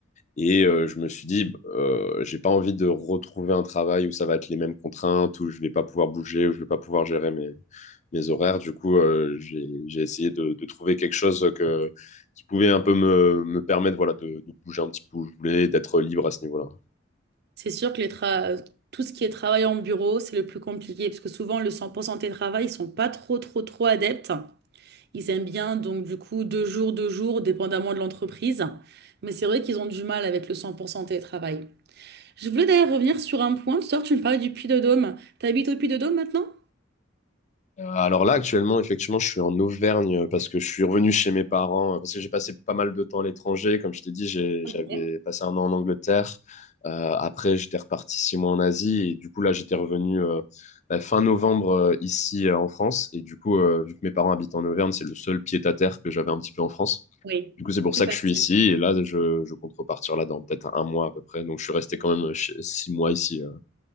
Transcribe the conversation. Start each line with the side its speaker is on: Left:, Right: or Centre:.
Left: Et euh, je me suis dit, bah, euh, j'ai pas envie de retrouver un travail où ça va être les mêmes contraintes, où je vais pas pouvoir bouger, où je vais pas pouvoir gérer mes, mes horaires. Du coup, euh, j'ai j'ai essayé de, de trouver quelque chose que, qui pouvait un peu me, me permettre voilà, de, de bouger un petit peu où je voulais, d'être libre à ce niveau-là.
Right: C'est sûr que les tra- tout ce qui est travail en bureau, c'est le plus compliqué. Parce que souvent, le 100% télétravail, ils sont pas trop, trop, trop adeptes. Ils aiment bien, donc du coup, deux jours, deux jours, dépendamment de l'entreprise. Mais c'est vrai qu'ils ont du mal avec le 100% télétravail. Je voulais d'ailleurs revenir sur un point. Tout à l'heure, tu me parlais du Puy-de-Dôme. T'habites au Puy-de-Dôme maintenant?
Left: Euh, alors là, actuellement, effectivement, je suis en Auvergne parce que je suis revenu chez mes parents, euh, parce que j'ai passé pas mal de temps à l'étranger. Comme je t'ai dit, j'ai-
Right: Ok.
Left: j'avais passé un an en Angleterre. Euh, après, j'étais reparti six mois en Asie. Et du coup, là, j'étais revenu euh, bah, fin novembre euh, ici euh, en France. Et du coup, euh, vu que mes parents habitent en Auvergne, c'est le seul pied-à-terre que j'avais un petit peu en France.
Right: Oui,
Left: Du coup, c'est pour
Right: plus
Left: ça
Right: facile.
Left: que je suis ici. Et là, je, je compte repartir là dans peut-être un mois à peu près. Donc, je suis resté quand même ch- six mois ici. euh.